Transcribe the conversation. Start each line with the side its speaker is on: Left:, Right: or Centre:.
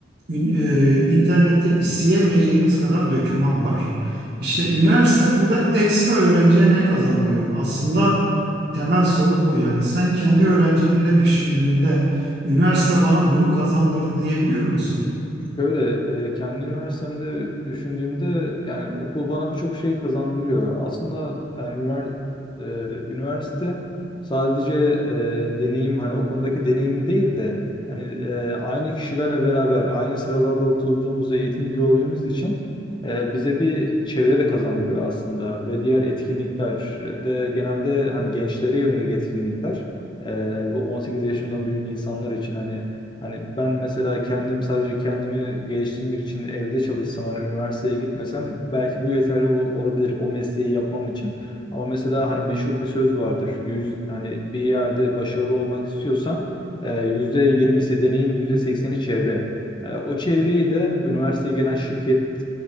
Right: ün- e, internette isteyemeyeceğimiz kadar döküman var. İşte üniversite burada ekstra öğrenciye ne kazandırıyor? Aslında temel soru bu yani sen kendi öğrenciliğinde düşündüğünde üniversite bana bunu kazandırdı diyebiliyor musun?
Left: Şöyle e, kendi üniversitemde düşündüğümde yani okul bana birçok şey kazandırıyor. Aslında yani ünivers- e, üniversite sadece e, deneyim hani okulundaki deneyim değil de hani e, aynı kişilerle beraber aynı sıralarda oturduğumuz eğitim gördüğümüz için e, bize bir çevre de kazandırıyor aslında ve diğer etkinlikler e, de genelde hani gençlere yönelik etkinlikler. E, bu 18 yaşından büyük insanlar için hani Hani ben mesela kendim sadece kendimi geliştirmek için evde çalışsam hani üniversiteye gitmesem belki bu yeterli ol- olabilir o mesleği yapmam için. Ama mesela hani meşhur bir söz vardır. Yüz, hani bir yerde başarılı olmak istiyorsan e, yüzde yirmisi deneyim, yüzde sekseni çevre. E, O çevreyi de üniversiteye gelen şirket